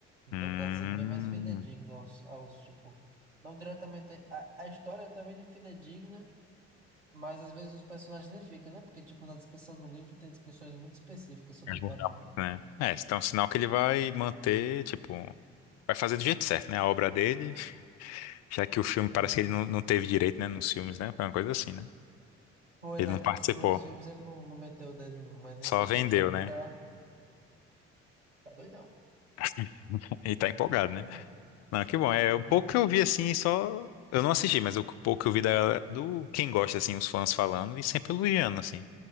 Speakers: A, on the right (about 85°); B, on the left (about 45°).
A: Então
B: Hum.
A: tá sendo bem mais fidedigno aos, aos tipo, não diretamente. A, a história é também de fidedigna, mas às vezes os personagens nem ficam, né? Porque, tipo, na descrição do livro tem descrições muito específicas sobre
B: Vai mudar
A: cada
B: muito,
A: um.
B: né? É, então é um sinal que ele vai manter, tipo. Vai fazer do jeito certo, né? A obra dele, já que o filme parece
A: É.
B: que ele não, não teve direito, né? Nos filmes, né? Foi uma coisa assim, né?
A: Foi
B: Ele
A: naqueles
B: não participou,
A: primeiros filmes ele não, não meteu o dedo, não, mas nesse
B: só
A: aqui
B: vendeu,
A: agora ele
B: né?
A: tá, tá doidão.
B: <laughs> E tá empolgado,
A: Ele tá fazendo.
B: né? Não, que bom. É
A: Uhum.
B: o pouco que eu vi assim, só. Eu não assisti, mas o pouco que eu vi da- do quem gosta, assim, os fãs falando e sempre elogiando, assim.